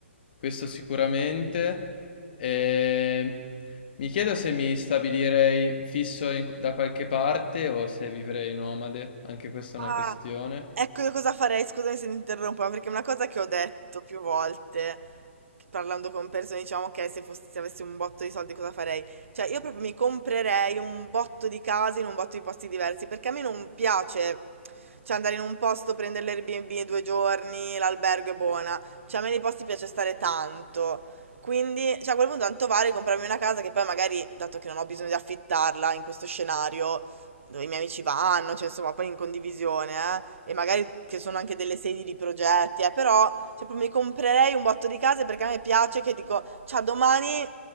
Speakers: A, on the left (about 45°); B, on the right (about 75°).
A: Questo sicuramente. E mi chiedo se mi stabilirei fisso in- da qualche parte o se vivrei nomade, anche questa
B: Ah,
A: è una questione.
B: ecco io cosa farei, scusami se ti interrompo, ma perché è una cosa che ho detto più volte, che parlando con persone, diciamo, ok, se fossi- se avessi un botto di soldi cosa farei? Cioè, io proprio mi comprerei un botto di case in un botto di posti diversi, perché a me non piace, cioè, andare in un posto, prendere l'Airbnb due giorni, l'albergo è buona, cioè, a me nei posti piace stare tanto. Quindi, cioè, a quel punto tanto vale comprarmi una casa che poi magari, dato che non ho bisogno di affittarla in questo scenario, dove i miei amici vanno, cioè insomma, poi in condivisione, eh, e magari che sono anche delle sedi di progetti, eh, però cioè, proprio mi comprerei un botto di case perché a me piace che dico, ciao, domani